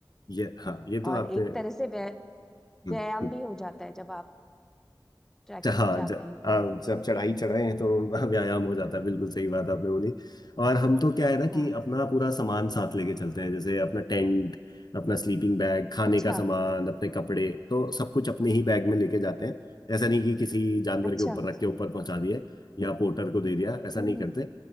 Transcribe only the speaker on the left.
ये हाँ
ये तो
आपने
हम्म,
हम्म।
<laughs> हाँ
ज-
हाँ, जब चढ़ाई चढ़े हैं तो <laughs> व्यायाम हो जाता है बिल्कुल सही बात आपने बोली और हम
तो क्या है ना
कि अपना पूरा सामान साथ लेके चलते हैं जैसे अपना टेंट अपना स्लीपिंग बैग खाने
का सामान अपने कपड़े तो सब कुछ अपने ही बैग में लेके जाते हैं ऐसा नहीं कि किसी जानवर
के ऊपर रख के ऊपर पहुंचा दिए या पोर्टर को दे दिया ऐसा
नहीं करते